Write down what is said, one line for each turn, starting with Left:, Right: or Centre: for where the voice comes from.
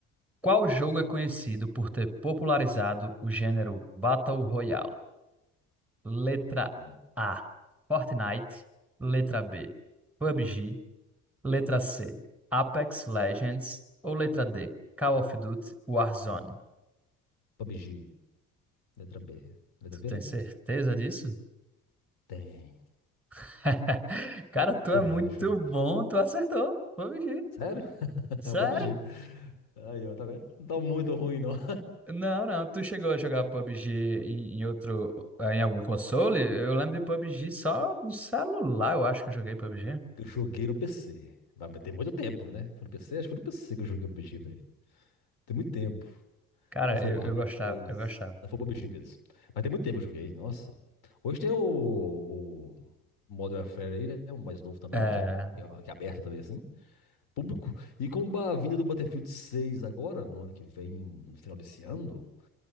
Centre: Qual jogo é conhecido por ter popularizado o gênero Battle Royale? Letra
Left: Hum,
Centre: A, Fortnite. Letra B, PUBG. Letra C, Apex Legends. Ou letra D, Call of Duty Warzone.
Left: PUBG, letra B. Letra
Centre: Tu
Left: B,
Centre: tem
Left: né?
Centre: certeza disso?
Left: Tem.
Centre: <laughs> Cara, tu
Left: Deixa
Centre: é
Left: eu
Centre: muito
Left: ver, deixa eu ver.
Centre: bom, tu acertou. PUBG.
Left: Sério? <laughs>
Centre: Sério?
Left: É o PUBG. Aí, ó, tá vendo? Não tá muito ruim, não. <laughs>
Centre: Não, não, tu chegou a jogar PUBG em, em outro, eh, em algum console? Eu lembro de PUBG só no celular, eu acho que eu joguei PUBG.
Left: Eu joguei no PC. Mas tem muito tempo, né? Foi no PC? Acho que foi no PC que eu joguei o PUBG, velho. Tem muito tempo.
Centre: Cara,
Left: Ou foi
Centre: eu,
Left: o Arma
Centre: eu gostava,
Left: três?
Centre: eu gostava.
Left: Não, foi o PUBG mesmo. Mas tem muito tempo que eu joguei. Nossa. Hoje tem o, o Modern Warfare aí, né? O mais novo também,
Centre: É,
Left: que é, um- que é- que é aberto também, assim. Público. E com a vinda do Battlefield seis agora, no ano que vem, no final desse ano,